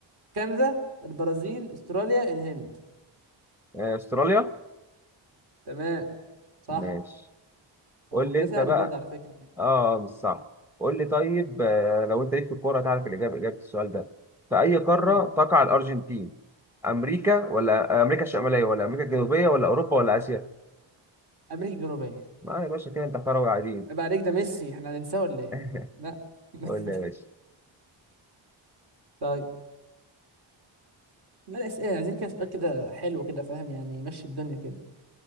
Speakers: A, on the right (about 55°); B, in the centre.
A: كندا البرازيل استراليا الهند
B: آه، استراليا
A: تمام صح
B: ماشي
A: صح
B: قول لي
A: ده
B: انت
A: سهل
B: بقى
A: برضه على فكرة يعني
B: اه آه، مش صح قول لي طيب
A: مم.
B: آه، لو انت ليك في الكوره هتعرف الاجابه اجابه السؤال ده في اي قاره
A: مم.
B: تقع الارجنتين امريكا ولا آه، امريكا الشماليه ولا امريكا الجنوبيه ولا اوروبا ولا اسيا
A: امريكا الجنوبية
B: ما يا باشا كده انت كروي عادي
A: عيب عليك ده ميسي احنا هننساه ولا ايه
B: <laughs>
A: لا <laughs>
B: قول لي يا باشا
A: طيب ما الاسئلة عايزين كده سؤال كده حلو كده فاهم يعني يمشي الدنيا كده